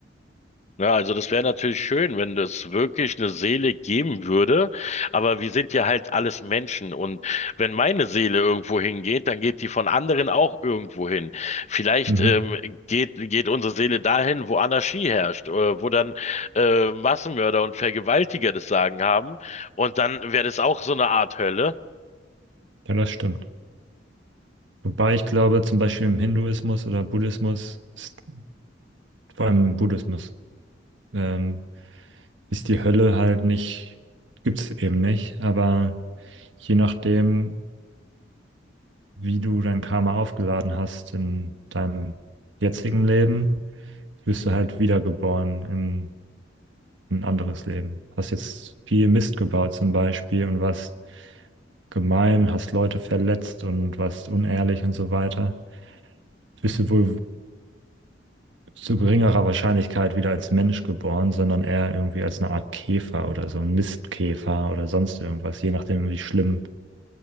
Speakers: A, on the left; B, on the right.
A: Na, also das wäre natürlich schön, wenn es wirklich eine Seele geben würde, aber wir sind ja halt alles Menschen und wenn meine Seele irgendwo hingeht, dann geht die von anderen auch irgendwo hin. Vielleicht
B: Mhm.
A: ähm, geht, geht unsere Seele dahin, wo Anarchie herrscht, äh, wo dann äh, Massenmörder und Vergewaltiger das Sagen haben und dann wäre das auch so eine Art Hölle.
B: Ja, das stimmt. Wobei ich glaube, zum Beispiel im Hinduismus oder Buddhismus, ist, vor allem im Buddhismus, ähm, ist die Hölle halt nicht, gibt es eben nicht. Aber je nachdem, wie du dein Karma aufgeladen hast in deinem jetzigen Leben, wirst du halt wiedergeboren in ein anderes Leben. Hast jetzt viel Mist gebaut zum Beispiel und warst gemein, hast Leute verletzt und warst unehrlich und so weiter, bist du wohl zu geringerer Wahrscheinlichkeit wieder als Mensch geboren, sondern eher irgendwie als eine Art Käfer oder so ein Mistkäfer oder sonst irgendwas, je nachdem, wie schlimm